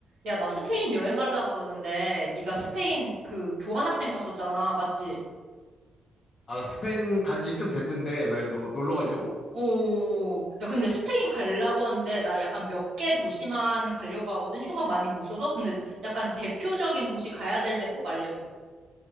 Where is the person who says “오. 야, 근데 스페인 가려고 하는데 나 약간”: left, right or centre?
Right